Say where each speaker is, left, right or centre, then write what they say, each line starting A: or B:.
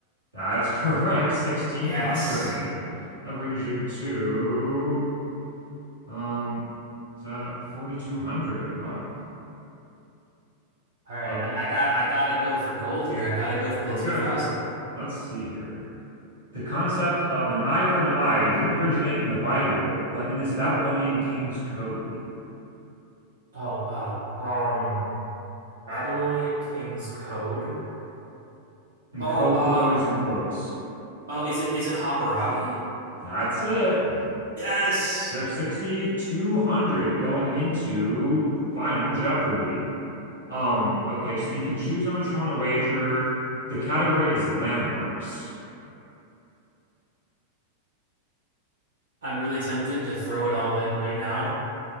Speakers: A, on the right (about 85°); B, on the right (about 65°).
A: That's <laughs> correct. 1600.
B: Yes.
A: That brings you to Um, is that 4,200? Wow.
B: All right.
A: Okay.
B: I mean, I got I gotta go for gold here. I gotta go for the
A: okay.
B: 2000.
A: Let's see here. The concept of an eye for an eye didn't originate in the Bible, but in this Babylonian king's code.
B: Oh, oh, um, Babylonian King's Code.
A: And
B: Oh,
A: code
B: um,
A: code is in quotes.
B: oh, is it is it Hammurabi?
A: That's it.
B: Yes.
A: They're 6,200 going into Final Jeopardy. Um, okay, so you can choose how much you want to wager. The category is landmarks.
B: I'm really tempted to throw it all in right now.